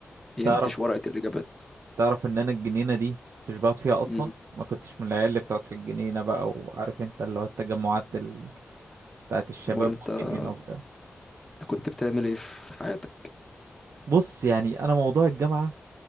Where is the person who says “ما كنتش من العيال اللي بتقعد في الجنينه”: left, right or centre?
Right